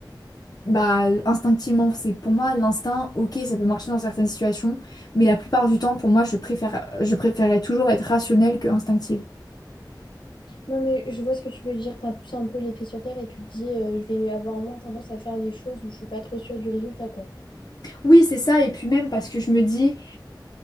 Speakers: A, on the left; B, on the left.
A: bah, instinctivement, c'est pour moi l'instinct, ok, ça peut marcher dans certaines situations, mais la plupart du temps, pour moi, je préfère, je préférais toujours être rationnelle que instinctive.
B: Non, mais je vois ce que tu veux dire. Tu as plus un peu les pieds sur terre et tu te dis, euh, je vais avoir moins tendance à faire des choses où je suis pas trop sûre du résultat, quoi.
A: Oui, c'est ça. Et puis même parce que je me dis,